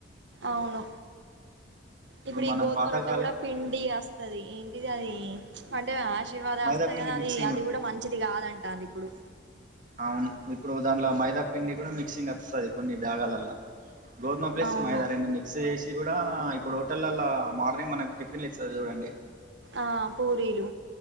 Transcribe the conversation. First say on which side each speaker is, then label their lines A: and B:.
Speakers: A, on the right (about 70°); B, on the right (about 45°).
A: అవును ఇప్పుడు ఈ
B: మనం
A: గోధుమ
B: పాతకాల
A: రొట్టె కూడా, పిండి అస్తది. ఏంటిది అది అంటే, ఆశీ ఆశీర్వాద్
B: మైదా
A: అస్తది
B: పిండి
A: కానీ అది,
B: మిక్సింగ్
A: అది
B: ఉంటది
A: గుడా మంచిది కాదు అంటారు ఇప్పుడు.
B: అవును, ఇప్పుడు దాంట్ల మైదా పిండి కూడా మిక్సింగ్ అస్తది కొన్ని జాగాలాల్ల. గోధుమ ప్లస్
A: అవును
B: మైదా రెండు మిక్స్ చేసి గుడా, డా ఇప్పుడు హోటలల్లా, మార్నింగ్ మనకి టిఫిన్లు ఇస్తరు చూడండి
A: ఆ పూరీలు